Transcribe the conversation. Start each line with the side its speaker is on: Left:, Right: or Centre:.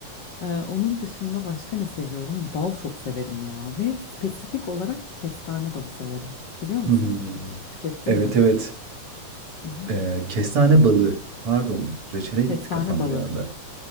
Left: Ee, onun dışında başka ne seviyorum? Bal çok severim ya. Ve spesifik olarak kestane balı severim. Biliyor musun?
Right: Hı hı.
Left: Hiç tükettin
Right: Evet
Left: mi?
Right: evet.
Left: Hı hı.
Right: Ee, kestane balığı. Pardon. Reçele gitti
Left: Kestane
Right: kafam
Left: balı.
Right: bir anda.